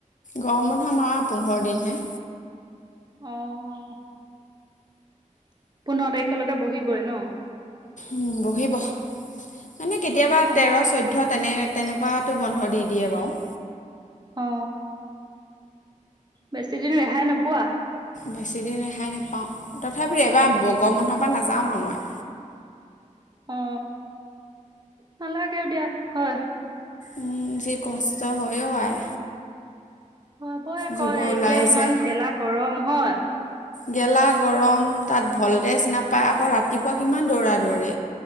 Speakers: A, on the left; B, on the right.
A: গৰম বন্ধ আমাৰ পোন্ধৰ দিনহে
B: অহ পোন্ধৰ তাৰিখলৈকে বহিবই ন
A: উম বহিব মানে কেতিয়াবা
B: অ
A: তেৰ চৈধ্য তেনে তেনেকুৱাতো বন্ধ দি দিয়ে বাৰু
B: অ বেছি দিন ৰেহাই নোপোৱা
A: বেছিদিন ৰেহাই নাপাওঁ তথাপি এবাৰ গৰম বন্ধৰ পৰা নাযাওঁ আৰু মই
B: অ নালাগেও দিয়া হয়
A: উম যি কষ্ট্ত হয় অ আই
B: হবই আকৌ
A: জীৱ ওলাই
B: এতিয়া ইমান
A: যায়
B: গেলা গৰম হয়
A: গেলা গৰম তাত ভল্টেজ নাপায় আকৌ ৰাতিপুৱা কিমান দৌৰা দৌৰি